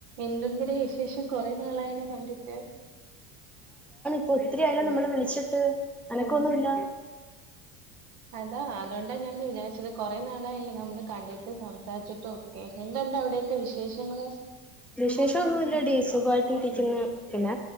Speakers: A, on the right (about 75°); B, in the centre.
A: എന്തുണ്ടടെ വിശേഷം കൊറെ നാളായല്ലേ കണ്ടിട്ട്.
B: പ്പൊ ഒത്തിരിയായല്ലോ നമ്മള് വിളിച്ചിട്ട് അനക്കൊന്നുല്ല.
A: അതാ അതൊണ്ടാ ഞാൻന്ന് വിചാരിച്ചത് കൊറെ നാളായല്ലേ നമ്മൾ കണ്ടിട്ടും സംസാരിച്ചിട്ടും ഒക്കെ. എന്തുണ്ട് അവിടെ ക്കെ വിശേഷങ്ങള്?
B: വിശേഷം ഒന്നൂല്ലെടി. സുഖമായിട്ട് ഇരിക്കുന്നു. പിന്നെ